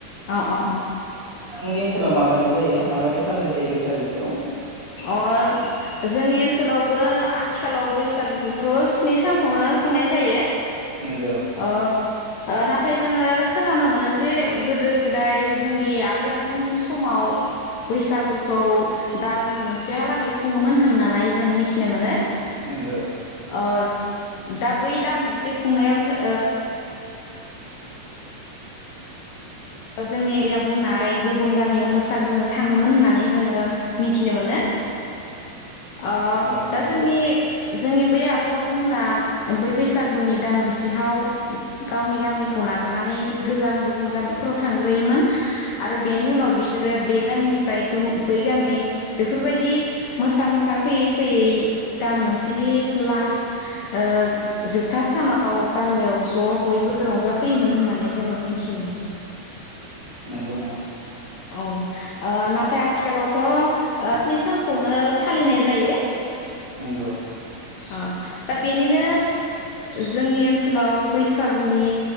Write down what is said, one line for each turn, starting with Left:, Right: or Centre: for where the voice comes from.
Left: अ अ अ
Right: नोंथांमोननि ओनसोलाव माबायदि जायो माबायदि फालिनाय जायो बैसागुखौ?
Left: अ जोंनि ओनसोलावबो आथिखालाव बैसागुखौथ' स्नि सानखौनो खुंनाय जायो।
Right: नोंगौ
Left: अ ओ नाथाय जोंङो खोनानो मोनो जे गोदो गोदाय जोंनि आबै आबौमोननि समाव बैसागुखौ दा मोनसेहालागै खुङोमोन होननानै जोङो मिथिनो मोनो।
Right: नंगौ
Left: ओ दा बै दान मोनसे खुंनायाव जो ओ जोंनि एरिया बुंनाय गुबुन गामियाव मोसाग्रोनो थाङोमोन होननानै जोङो मिथिनो मोनो। ओ
Right: औ
Left: दा
Right: नंगौ
Left: जोंनि जोंनि बै आबौ आबैमोना बै बैसागुनि दान मोनसेहाव गावनि गामिखौ नागारनानै गोजान गुबुन गामिफोराव थांग्रोयोमोन आरो बेनि उनाव बिसोरो बे गामिनिफ्राय बै गामि बेफोरबायदि मोसा मोसा फैयै फैयै दान मोनसेनि लास्ट ओ जोबथा सानाव गामियाव ज' बयबो रंजाफैयोमोन होननानै जोङो मिथिनो मोनो।
Right: नोंगौ नामा?
Left: औ ओ नाथाय आथिखालावथ' ओ स्नि सानखौनो फालिनाय जायो।
Right: नोंगौ
Left: ओ दा बेनिनो जोंनि ओनसोलाव बैसागुनि